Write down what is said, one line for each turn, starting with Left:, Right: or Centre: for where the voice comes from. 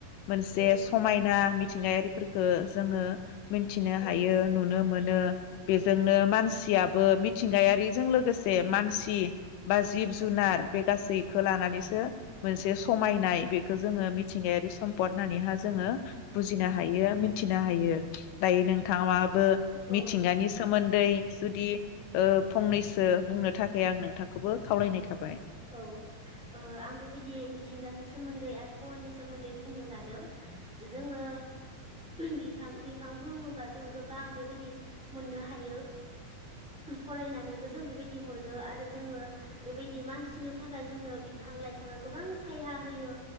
Left: मोनसे
Centre: उम
Left: समायना मिथिंगायारिफोरखो जोङो मिथिनो
Centre: औ उम औ उम औ
Left: हायो नुनो मोनो बे जोंनो मानसियाबो मिथिंगायारिजों लोगोसे मान सि बा जिब जुनार बे गासैखौ लानानैसो मोनसे समायनाय बे खो जोङो मिथिंगायारि सम्फद नानैहा जोङो बुजिनो हायो मिथिनो हायो दायो नोंथाङाबो
Centre: औ
Left: मिथिंगानि सोमोन्दै जुदि ओ फंनैसो सो बुंनो थाखाय आं नोंथांखौबो खावलायनाय थाबाय
Centre: औ ओ आं बेबायदि मिथिंगानि सोमोन्दै आ आबहावानि सोमोन्दै बुंनो लादों। जोङो बिफां बिफां बुङोबा जों गोबां बेबायदि मोननो हायो, फरायनानैबो जों बेबायदि मोनो आरो जोङो बेबायदि मानसि। सिनो थाखाय जोंनो बिफां लाइफाङा गोबां सायहा होयो